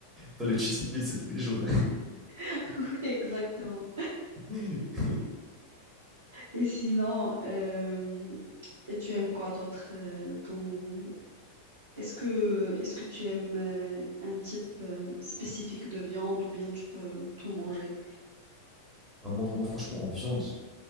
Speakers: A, in the centre; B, on the right (about 70°).
A: Toi, le cheat meal, c'est tous les jours.
B: <laughs> Exactement.
A: <laughs>
B: Et sinon, euh, et tu aimes quoi d'autre euh, dans, Est-ce que, est-ce que tu aimes euh, un type euh, spécifique de viande ou bien tu peux tout manger?
A: Ah, Moi, moi, franchement, en viande,